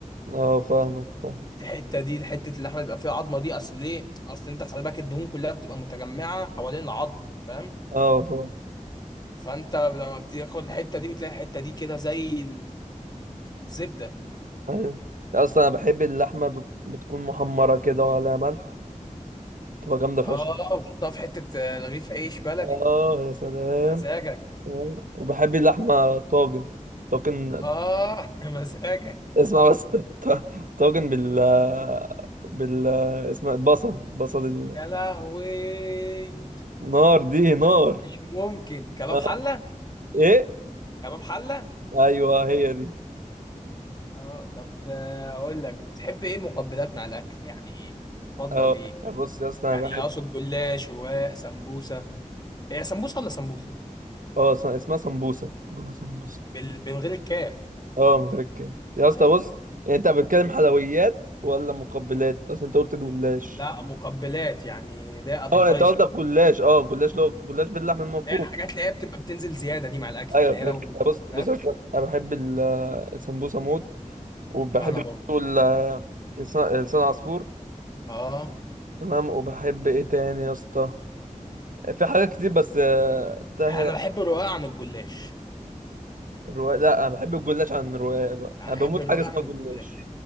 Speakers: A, on the right (about 80°); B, on the left (about 30°).
A: اه فاهمك فاهم
B: الحته دي حته اللحمه بيبقى فيها عظمه دي اصل ليه اصل انت خلي بالك الدهون كلها بتبقى متجمعه حوالين العظم فاهم
A: اه فاهم
B: فانت لما بتاخد الحته دي بتلاقي الحته دي كده زي الزبده
A: ايوه اصلا انا بحب اللحمة بت- بتكون محمرة كده وعلى ملح تبقى جامدة
B: اه
A: فشخ
B: وتحطها في حته آه، رغيف عيش بلدي
A: اه يا سلام
B: مزاجك
A: آه. وبحب اللحمة طاجن طاجن
B: اه <laughs> مزاجك
A: اسمع بس ط- طاجن بال بال اسمها البصل بصل
B: يا لهوي
A: النار دي نار
B: مش ممكن كباب
A: آه.
B: حله
A: ايه
B: كباب حله
A: ايوه هي دي
B: اه طب آه، اقول لك بتحب ايه مقبلات مع الاكل يعني تفضل
A: اه
B: ايه
A: بص يا اسطى انا
B: يعني
A: بحب
B: اقصد جلاش رواق سمبوسه هي سمبوسه ولا سمبوسه
A: اه اسمها اسمها سمبوسة بقولها سمبوسة
B: بال... من غير الكاف
A: اه متركز يا اسطى
B: ايوه
A: بص يعني انت بتتكلم حلويات ولا مقبلات اصل انت قلت جلاش
B: لا مقبلات يعني لا ابيتايزر
A: اه انت قصدك جلاش اه جلاش لو جلاش باللحم المفروم
B: اللي هي الحاجات اللي هي بتبقى بتنزل زياده دي مع الاكل
A: ايوه
B: يعني
A: فهمت
B: هي لو
A: بص
B: فاهم
A: بص يا اسطى، انا بحب ال- السمبوسه موت وبحب
B: ما انا
A: برضه
B: برضه
A: ال- لسان لسان عصفور
B: اه
A: تمام وبحب ايه تاني يا اسطى في حاجات كتير بس آه، تاه
B: انا بحب الرقاق عن الجلاش
A: الرواق لا انا بحب الجلاش عن الرواق بقى
B: احب
A: انا بموت
B: الرقاق
A: حاجه اسمها
B: عن الجلاش
A: جلاش